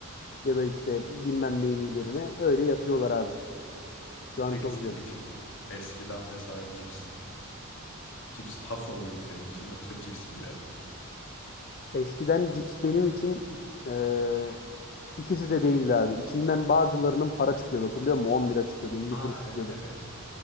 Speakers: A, on the left; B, on the left.
A: ya da işte bilmem neyin üzerine. Öyle yapıyorlar abi. Şu an
B: Peki
A: çok
B: senin
A: zor.
B: için eskiden mesela cips Cips taso muydu senin için yoksa cips miydi?
A: Eskiden cips benim için eee, ikisi de değildi abi. İçinden bazılarının para çıkıyordu hatırlıyor musun? 10 lira çıkıyordu, elli
B: Aa
A: kuruş çıkıyordu.
B: evet evet.